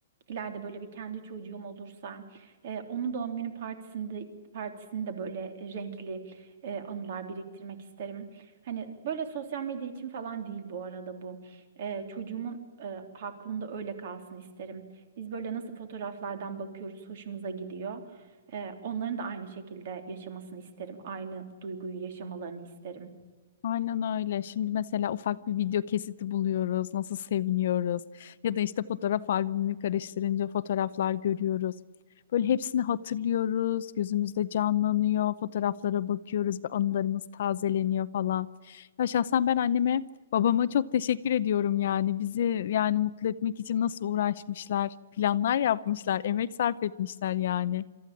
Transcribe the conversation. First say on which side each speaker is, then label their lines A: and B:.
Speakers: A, on the right; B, on the left.
A: ileride böyle bir kendi çocuğum olursa e, onun doğum günü partisinde partisinde böyle renkli e, anılar biriktirmek isterim. Hani böyle sosyal medya için falan değil bu arada bu. E, çocuğumun e, aklında öyle kalsın isterim. Biz böyle nasıl fotoğraflardan bakıyoruz, hoşumuza gidiyor. E, onların da aynı şekilde yaşamasını isterim. Aynı duyguyu yaşamalarını isterim.
B: Aynen öyle. Şimdi mesela ufak bir video kesiti buluyoruz, nasıl seviniyoruz. Ya da işte fotoğraf albümünü karıştırınca fotoğraflar görüyoruz. Böyle hepsini hatırlıyoruz, gözümüzde canlanıyor, fotoğraflara bakıyoruz ve anılarımız tazeleniyor falan. Ya şahsen ben anneme, babama çok teşekkür ediyorum yani. Bizi yani mutlu etmek için nasıl uğraşmışlar, planlar yapmışlar, emek sarf etmişler yani.